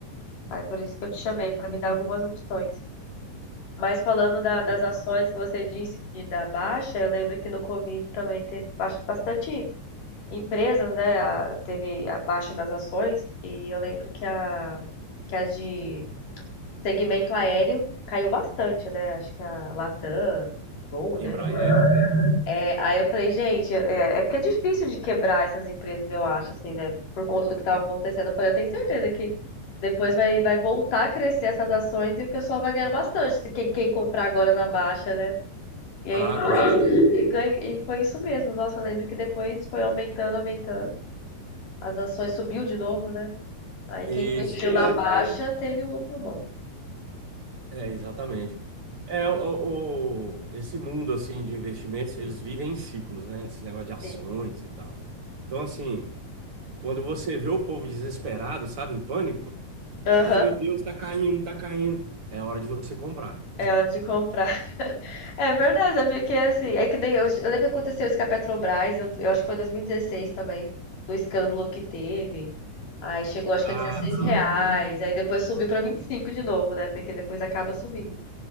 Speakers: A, on the left; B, on the right.
A: Aí por isso que eu te
B: Entendi.
A: chamei, pra me dar algumas opções. Mas falando da das
B: Entendi.
A: ações que você disse de da baixa, eu lembro que no Covid também teve bas- bastante empresas, né? a- teve a baixa nas ações, e eu lembro que a, que a de segmento aéreo caiu bastante, né? Acho que a Latam, Gol,
B: Embraer,
A: né?
B: né?
A: É, aí eu falei, gente, é, é porque é difícil de quebrar essas empresas, eu acho, assim, né? Por conta do que estava acontecendo. Eu falei, eu tenho certeza que depois vai, vai voltar a crescer essas ações e o pessoal vai ganhar bastante, se quem, quem comprar agora na baixa, né? E aí,
B: Ah,
A: e
B: com certeza.
A: ganhei, e foi isso mesmo. Nossa, eu lembro que depois foi aumentando, aumentando. As ações subiu de novo, né? Aí
B: Isso.
A: quem investiu na
B: É,
A: baixa teve um lucro bom.
B: é, exatamente. É, o, o- esse mundo, assim, de investimentos, eles vivem em ciclos, né? Esse negócio de ações
A: Sim.
B: e tal. Então, assim, quando você vê o povo desesperado, sabe, em pânico,
A: Aham.
B: ai, meu Deus, tá caindo, tá caindo. É hora de você comprar.
A: É hora de comprar. <laughs> É verdade, é porque assim, é que nem eu, eu lembro que aconteceu isso com a Petrobras, eu, eu acho que foi em 2016 também, do escândalo que teve. Aí chegou acho
B: Ah,
A: que a 16
B: sim.
A: reais, aí depois subiu para 25 de novo, né? Porque depois acaba subindo.